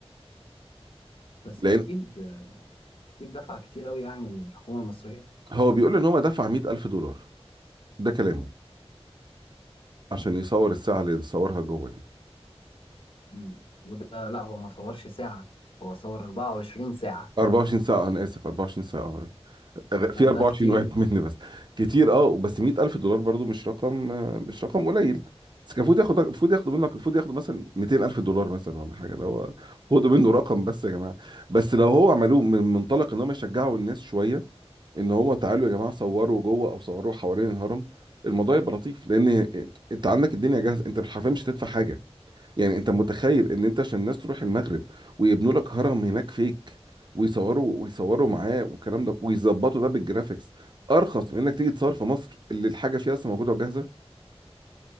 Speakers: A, on the left (about 55°); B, on the right (about 45°).
A: بس
B: لان
A: اكيد أكيد دفع كتير أوي يعني الحكومة المصرية
B: هو بيقول ان هو دفع 100000 دولار ده كلامه عشان يصور الساعه اللي صورها جوه دي
A: مم. وده لا هو ما صورش ساعة هو صور 24 ساعة
B: 24 ساعة أنا آسف 24 ساعة آه. غ- في
A: فده
B: 24
A: كتير
B: واحد <laughs> مني بس كتير أه بس 100000 ألف دولار برضو مش رقم آه، مش رقم قليل بس كان المفروض ياخد المفروض ياخدوا منك المفروض ياخدوا مثلا 200000 ألف دولار مثلا ولا حاجة اللي هو خدوا منه رقم بس يا جماعة بس لو هو عملوه من منطلق إن هم يشجعوا الناس شوية إن هو تعالوا يا جماعة صوروا جوه أو صوروا حوالين الهرم الموضوع يبقى لطيف لأن أنت عندك الدنيا جاهزة أنت حرفيا مش هتدفع حاجة يعني انت متخيل ان انت عشان الناس تروح المغرب ويبنوا لك هرم هناك فيك ويصوروا ويصوروا معاه والكلام ده ويظبطوا ده بالجرافيكس ارخص من انك تيجي تصور في مصر اللي الحاجه فيها اصلا موجوده وجاهزه